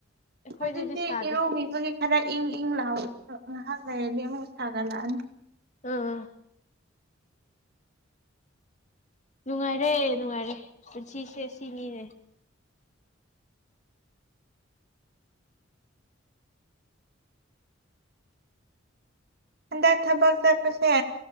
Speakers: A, on the left; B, on the right.
A: ꯑꯩꯈꯣꯏꯗꯗꯤ
B: ꯍꯧꯖꯤꯛꯇꯤ
A: ꯁꯥꯗꯦ
B: ꯏꯔꯨꯒꯤꯕꯒꯤ ꯈꯔ ꯏꯪ ꯏꯪ ꯂꯥꯎꯋꯤ ꯉꯥꯍꯥꯛ ꯂꯩꯔꯗꯤ ꯑꯃꯨꯛ ꯁꯥꯒꯠꯂꯛꯑꯅꯤ
A: ꯎꯝ ꯎꯝ ꯅꯨꯡꯉꯥꯏꯔꯦ ꯅꯨꯡꯉꯥꯏꯔꯦ ꯄꯨꯟꯁꯤꯁꯦ ꯁꯤꯅꯤꯅꯦ
B: ꯍꯟꯗꯛ ꯊꯕꯛ ꯆꯠꯄꯁꯦ